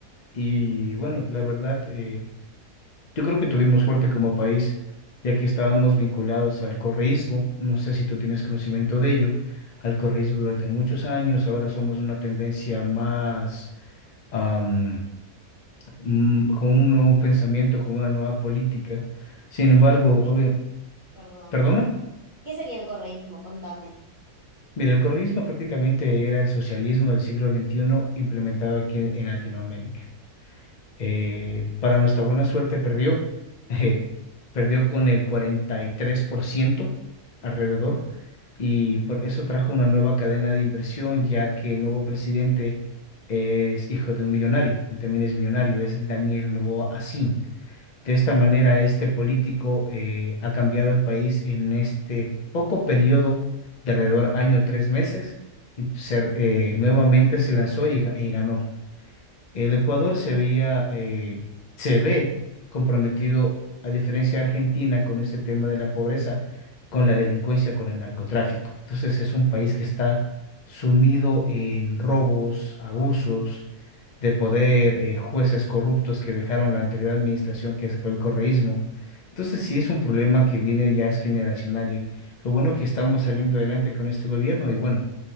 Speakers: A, on the left (about 45°); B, on the right (about 35°).
A: Y bueno, la verdad, eh, yo creo que tuvimos suerte como país, ya que estábamos vinculados al correísmo. No sé si tú tienes conocimiento de ello, al correísmo durante muchos años. Ahora somos una tendencia más am, mm, con un nuevo pensamiento, con una nueva política. Sin
B: ¿Qué
A: embargo,
B: sería el correísmo?
A: obvio,
B: Perdón.
A: perdona,
B: ¿Qué sería el correísmo? Contame.
A: mira, el correísmo prácticamente era el socialismo del siglo XXI implementado aquí en Latinoamérica. Eh, para nuestra buena suerte perdió, <laughs> eh, perdió con el 43% alrededor y por eso trajo una nueva cadena de inversión ya que el nuevo presidente es hijo de un millonario, él también es millonario, es Daniel Noboa Asin. De esta manera este político eh, ha cambiado el país en este poco periodo de alrededor año tres meses y ser- eh, nuevamente se lanzó y ga- y ganó. El Ecuador se veía, eh, se ve comprometido, a diferencia de Argentina, con este tema de la pobreza, con la delincuencia, con el narcotráfico. Entonces es un país que está sumido en robos, abusos de poder, eh, jueces corruptos que dejaron la anterior administración, que se fue el correísmo. Entonces sí es un problema que viene ya es generacional y lo bueno que estamos saliendo adelante con este gobierno y bueno.